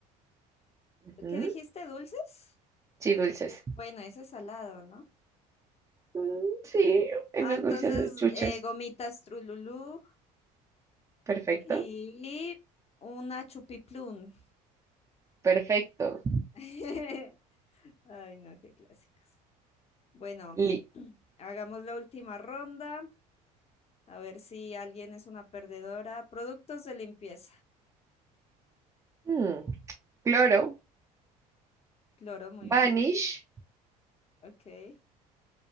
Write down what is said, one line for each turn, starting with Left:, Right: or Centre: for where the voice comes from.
Right: Ujú.
Left: ¿Qué dijiste? ¿Dulces?
Right: Sí, dulces.
Left: Bueno, ese es salado, ¿no?
Right: Mm, sí, unos
Left: Ah, entonces,
Right: dulces o chuches.
Left: eh, gomitas Trululú
Right: Perfecto.
Left: y una chupiplum.
Right: Perfecto.
Left: <laughs> Ay, no, qué clásicos. Bueno,
Right: Li-
Left: <clears throat> hagamos la última ronda. A ver si alguien es una perdedora. Productos de limpieza.
Right: Mm, Cloro,
Left: Cloro, muy
Right: Vanish,
Left: bien. ok.